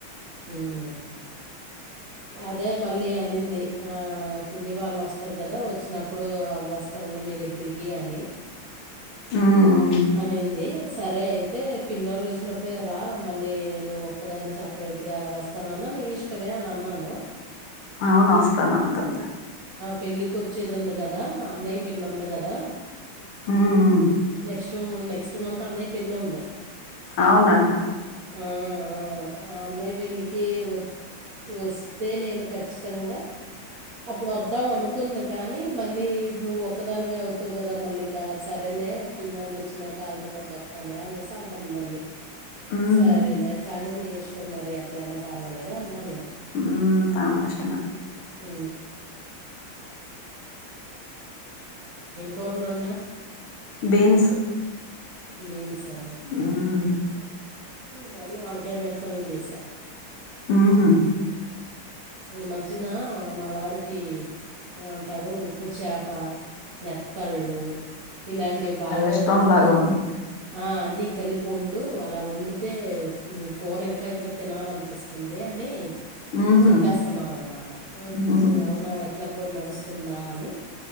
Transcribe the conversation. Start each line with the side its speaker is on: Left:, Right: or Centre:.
Right: ఉమ్ అదే మళ్ళీ అనింది ఆ పిన్ని వాళ్ళు వస్తారు కదా వచ్చినప్పుడు వస్త పస్తంలో మీ దగ్గరికి అని
Left: ఉమ్
Right: అనింది సరే అయితే పిన్నోళ్ళు వచ్చినప్పుడే రా మళ్ళీ నువ్వు ఒక్కదాన్ని సపరేట్గా వస్తాన అన్న నీ ఇష్టవే అని అన్నాను
Left: అవును వస్తాను అంటుంది
Right: పెళ్ళికిచ్చేది ఉంది కదా అన్నయ్య పెళ్లి ఉంది కదా
Left: ఉమ్
Right: నెక్స్ట్ నెక్స్ట్ మంత్ అన్నయ్య పెళ్ళుంది
Left: అవునాట
Right: ఆ ఆ అన్నయ పెళ్ళికి వ వస్తే నేను ఖచ్చితంగా అప్పుడు వద్దాం అను ది కానీ మళ్ళీ నువ్వు ఒక్కదానివే అవుతావు కదా మళ్ళీ సరేలే పిన్నళ్ళు వచ్చిన కాలుతో పట్టు వస్తాల అనేసి అంటుంది మళ్ళీ
Left: ఉహు
Right: సరేలే కానీ నీ ఇష్టం మరి ఎట్లయినా పర్వాలేదు అన నేను
Left: ఉ తమా ఇష్టమా
Right: అ కూరలు వండావు
Left: బీన్స్
Right: బీన్సా
Left: ఉమ్
Right: నేను వంకాయ నెత్తలు చేశా
Left: ఉహు
Right: ఈ మధ్యన మా వారికి ఏమంటారు ఉప్పు చేప అప్ప నెత్తళ్ళు ఇలాంటివి బాగా
Left: ఇష్టం
Right: వండు
Left: లాగా ఉంది
Right: ఆ అన్నీ కలిపి వండు అలా వండితే కూర ఇంకా ఇంకా తినాలనిపిస్తుంది అనీ
Left: ఉహు
Right: చెప్పేస్తున్నారు అనమాట
Left: ఉహు
Right: అవునా ఎట్లకి కూడా నడుస్తుందా అని